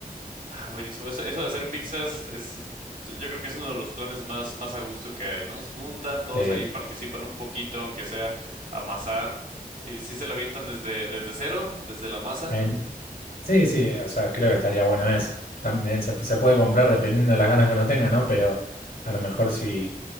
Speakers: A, on the right; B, on the left.
A: Ah, buenísimo. Eso, eso de hacer pizzas es, es- yo creo que es uno de los planes más, más a gusto que hay, ¿no? Se juntan, todos
B: Eh,
A: ahí participan un poquito, aunque sea amasar. Sí, sí se la avientan desde, desde cero, desde la masa.
B: en- sí, sí, o sea, creo que estaría bueno eso. También
A: Sí.
B: se, se puede comprar dependiendo de las ganas que uno tenga, ¿no? Pero a lo mejor si,